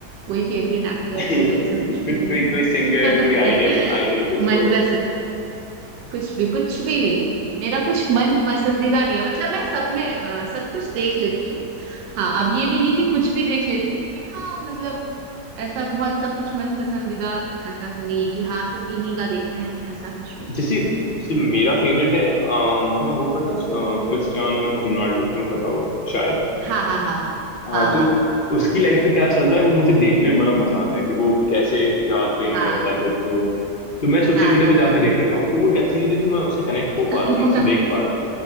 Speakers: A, on the right; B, on the left.
A: कोई फेवरेट एक्टर
B: <laughs> कुछ
A: कोई ऐसा कुछ भी नहीं
B: कोई कोई सिंगर
A: है
B: कोई आइडल
A: <laughs>
B: आइडल कुछ
A: मनपसंद
B: तो होगा
A: कुछ भी कुछ भी नहीं मेरा कुछ मन पसंदीदा नहीं है मतलब मैं सब में अ, सब कुछ देख लेती हूँ हाँ अब ये भी नहीं कि कुछ भी देख लेती हूँ लेकिन हाँ मतलब ऐसा बहुत सब कुछ मन पसंदीदा ऐसा ही नहीं है कि हाँ सिर्फ इन्हीं का देखना है ऐसा कुछ भी नहीं
B: जैसे
A: है
B: जैसे मेरा फेवरेट है अम, तुम्हें वो पता है अ, क्रिस्टियानो रोनाल्डो तुम्हें पता होगा शायद
A: हाँ हाँ हाँ हाँ
B: हाँ
A: हाँ
B: तुम
A: हाँ हाँ
B: उसकी लाइफ में
A: ब-
B: क्या चल रहा है वो मुझे देखने में बड़ा मजा आता है कि वो कैसे क्या ट्रेन
A: हाँ
B: करता है खुद को तो मैं सोशल
A: हाँ
B: मीडिया
A: हाँ
B: पे जाके
A: हाँ
B: देख
A: हाँ
B: लेता हूँ तो वो एक अच्छी चीज है कि मैं उससे कनेक्ट हो पा
A: <laughs>
B: रहा हूँ मैं उससे देख पा रहा